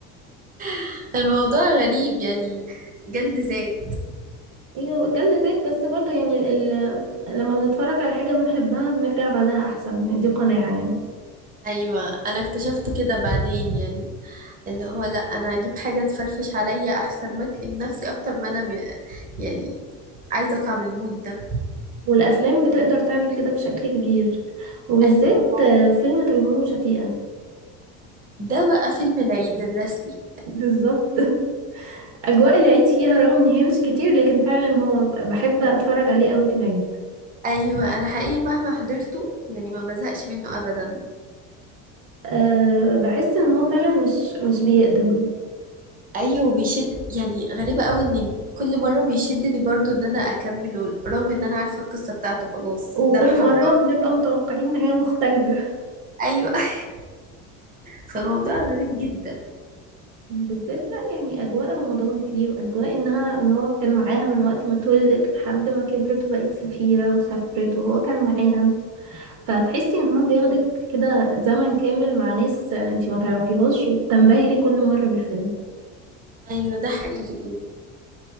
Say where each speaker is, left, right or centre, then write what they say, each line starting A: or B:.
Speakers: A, on the right; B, on the right.
A: <laughs> الموضوع غريب يعني جلد ذات
B: ايوه جلد ذات بس برضه يعني ال... لما بنتفرج على حاجه بنحبها بنرجع بعدها احسن دي قناعه يعني
A: ايوه انا اكتشفت كده بعدين يعني اللي هو لا انا اجيب حاجه تفرفش عليا احسن ما اكئب نفسي اكتر ما انا م... يعني عايزه اطلع من المود ده
B: والأفلام بتقدر تعمل كده بشكل كبير وبالذات
A: ايوه
B: آه، فيلم تيمور وشفيقة
A: ده بقى فيلم العيد الرسمي
B: بالظبط <laughs> أجواء العيد فيها رغم إن هي مش كتير لكن فعلا هو بحب أتفرج عليه قوي في العيد
A: ايوه انا حقيقي مهما حضرته يعني ما بزهقش منه ابدا
B: أه بحس إن هو فعلا مش مش بيقدم
A: ايوه وبيشد يعني غريبه قوي ان كل مره بيشدني برضو ان انا اكمله رغم ان انا عارفه القصه بتاعته خلاص
B: وكل
A: ده انا حافظاه
B: مرة بنبقى متوقعين نهاية مختلفة <laughs>
A: ايوه <laughs> فالموضوع غريب جدا
B: بالذات بقى يعني أجواء رمضان فيه وأجواء إنها إن هو كان معاها من وقت ما اتولدت لحد ما كبرت وبقت سفيرة وسافرت وهو كان معاها فتحسي ان هو بياخدك كده زمن كامل مع ناس انتي ما تعرفيهاش وبتنبهري كل مرة بالفيلم
A: ايوه ده حقيقي